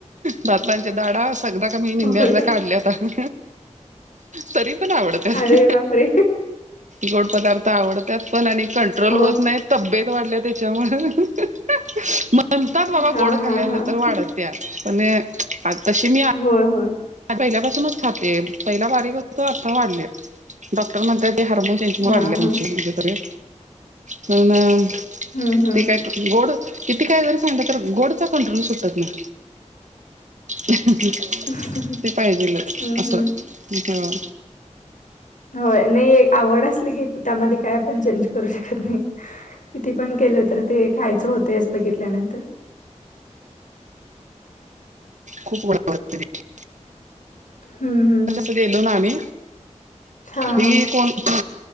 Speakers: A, on the right; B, on the left.
A: दातांचे दाढा अस सगदा का मी निंम्या
B: होय.
A: अर्ध्या काढल्या आता. तरी पण आवडत्यात.
B: अरे बापरे!
A: गोड पदार्थ आवडतात पण आणि कंट्रोल
B: अहो
A: होत नाही तब्येत वाढल्या त्याच्यामुळे. म्हणतात बाबा
B: हां,
A: गोड खाल्यानंतर
B: हां, हां.
A: वाढत्या पण आत्ताशी मी आत
B: होय. होय.
A: आणि पहिल्यापासूनच खाते पहिला बारीक होतो आता वाढले डॉक्टर म्हणता ते हार्मोन्स. वाढले
B: हां,
A: आमचे
B: हां.
A: कुठं ते एक पण
B: हं, हं.
A: ते काय. गोड किती काय जरी सांगत तर गोडचा कंट्रोल सुटात नाही. हं हं हं.
B: <unintelligible>
A: ते पाहिजेलं
B: हं,
A: असं
B: हं.
A: इकडं.
B: होय नाही आवड असली की, त्यामध्ये काय पण चेंज करू शकत नाही. किती पण केलं तर ते खायचं होतच बघितल्यानंतर.
A: खूप बडबडतंय.
B: हं, हं.
A: तर जसं गेलो ना आम्ही,
B: हां,
A: ही
B: हां.
A: कोण तू.